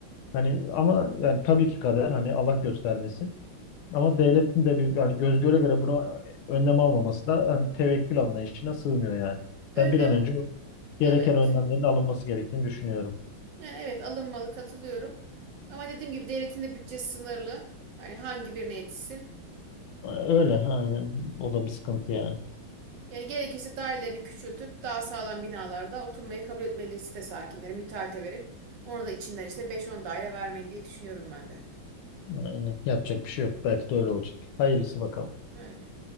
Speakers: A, on the left; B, on the right.
A: Hani ama yani tabii ki kader hani Allah göstermesin. Ama devletin de bir hani göz göre göre buna önlem almaması da hani tevekkül anlayışına sığmıyor yani.
B: Önlem
A: Ben bir an önce o gereken
B: evet.
A: önlemlerin alınması gerektiğini düşünüyorum.
B: Yani evet alınmalı katılıyorum. Ama dediğim gibi devletin de bütçesi sınırlı. Hani hangi birine yetişsin.
A: Öyle aynen. O da bir sıkıntı yani.
B: Yani gerekirse dairelerini küçültüp daha sağlam binalarda oturmayı kabul etmeli site sakinleri müteahhite verip ona da içinden işte beş on daire vermeli diye düşünüyorum ben de.
A: Aynen. Yapacak bir şey yok. Belki de öyle olacak. Hayırlısı
B: Hı,
A: bakalım.
B: Öyle.